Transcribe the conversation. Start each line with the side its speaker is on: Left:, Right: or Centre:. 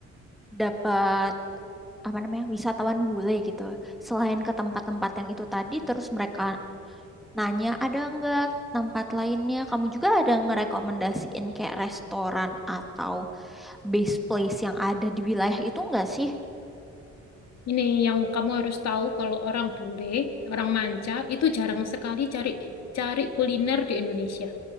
Centre: dapat apa namanya wisatawan bule gitu, selain ke tempat-tempat yang itu tadi, terus mereka nanya ada nggak tempat lainnya, kamu juga ada ngerekomendasiin kayak restoran atau base place yang ada di wilayah itu nggak sih?
Left: Ini yang kamu harus tahu kalau orang bule, orang manca itu jarang sekali cari cari kuliner di Indonesia.